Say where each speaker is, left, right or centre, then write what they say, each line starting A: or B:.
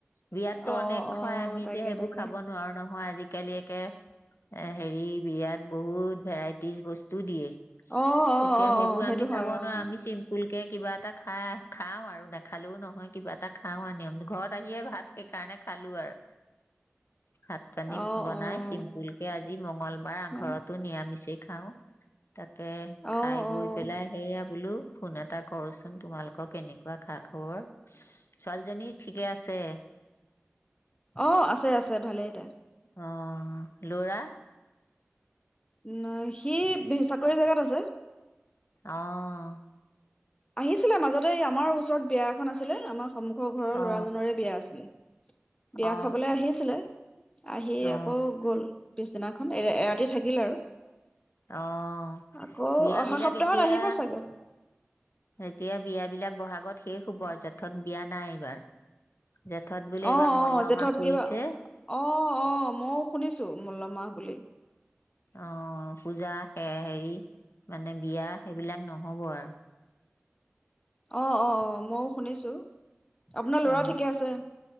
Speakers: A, on the left (about 65°); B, on the left (about 20°).
A: বিয়াততো
B: অ',
A: অনেক
B: অ',
A: খুৱাই আমি
B: তাকে
A: এতিয়া সেইবোৰ
B: তাকে।
A: খাব নোৱাৰোঁ নহয় আ আজিকালি এ হেৰি বিয়াত বহুত ভেৰাইটিজ বস্তু দিয়ে।
B: অ'-অ'-অ'-অ'
A: এতিয়া সেইবোৰ
B: সেইটো
A: আমি
B: হয়
A: খাব নোৱাৰো
B: অ।
A: আমি চিম্পুল কে কিবা এটা খাই খাওঁ আৰু নেখালেও নহয় কিবা এটা খাওঁ আৰু নিয়ম ঘৰত আহিয়েই ভাত সেইকাৰণে খালোঁ আৰু। ভাত পানী
B: অ',
A: বনাই
B: অ',
A: চিম্পুলকে আজি যি মংল বাৰ
B: অ',
A: ঘৰতো নিয়ামিচেই খাওঁ। তাকে
B: অ',
A: খাই বৈ পেলাই সেয়া বোলো। ফোন এটা কৰোচোন তোমালোকৰ কেনেকুৱা খা খবৰ? ছোৱালীজনী ঠিকে আছে?
B: অ', আছে আছে ভালেই তাই।
A: অ', ল'ৰা।
B: নাই সি চাকৰি জেগাত আছে।
A: অ'।
B: আহিছিলে মাজতে এই আমাৰ ওচৰত বিয়া এখন আছিলে আমাক সন্মুখৰ ঘৰৰ
A: অ
B: ল'ৰাজনৰে বিয়া আছিলে। বিয়া
A: অ
B: খাবলৈ আহিছিলে আহি
A: অ
B: আকৌ গ'ল। পিছদিনাখন এ এ ৰাতি থাকিলে আৰু।
A: অ'
B: আকৌ
A: বিয়া
B: অহা
A: বিলাক
B: সপ্তাহত
A: এতিয়া,
B: আহিব চাগে।
A: এতিয়া বিয়াবিলাক বহাগত শেষ হ'বৰ জেঠত বিয়া নাই এইবাৰ। জেঠত বোলে
B: অ'
A: এইবাৰ মল্লমাহ
B: অ' জেঠত
A: পৰিছে
B: কিবা অ অ মইও শুনিছো মল্লমাহ বুলি।
A: অ পূজা সে হেৰি মানে বিয়া সেইবিলাক নহব আৰু।
B: অ', অ', অ' মইও শুনিছো। আপোনাৰ
A: অ,
B: ল'ৰা ঠিকে আছে?